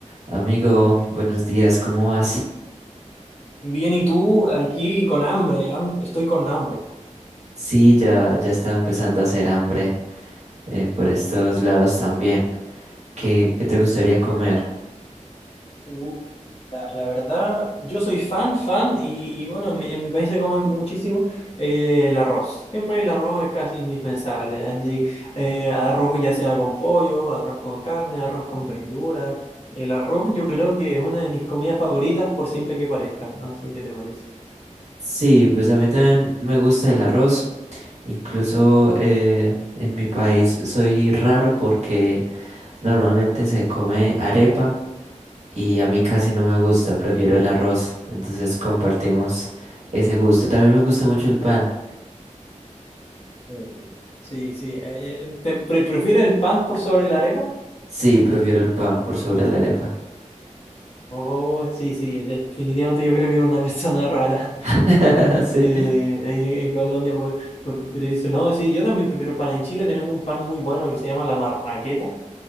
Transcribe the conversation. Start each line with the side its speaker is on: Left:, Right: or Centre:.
Right: Amigo, buenos días, ¿cómo vas?
Left: Bien, ¿y tú aquí con hambre? am- Estoy con hambre.
Right: Sí, ya, ya está empezando a hacer hambre eh, por estos lados también. ¿Qué, qué te gustaría comer?
Left: Uh, La, la verdad, yo soy fan, fan, y, y bueno, en mi, en mi país se come muchísimo eh, el arroz. Siempre el arroz es casi indispensable. Así, eh, arroz ya sea con pollo, arroz con carne, arroz con verduras. El arroz yo creo que es una de mis comidas favoritas, por simple que parezca. No sé qué te parece.
Right: Sí, pues a mí también me gusta el arroz. Incluso eh, en mi país soy raro porque normalmente se come arepa y a mí casi no me gusta, prefiero el arroz. Entonces compartimos ese gusto. También me gusta mucho el pan.
Left: eh, Sí, sí. eh, eh, ¿te pre- prefieres el pan por sobre la arepa?
Right: Sí, prefiero el pan por sobre la arepa.
Left: Oh, sí, sí, definitivamente yo creo que es una <laughs> persona rara.
Right: <laughs> Sí.
Left: eh, ahí en en Colombia por, por preferir eso. No, sí, yo también prefiero el pan. En Chile tenemos un pan muy bueno que se llama la marraqueta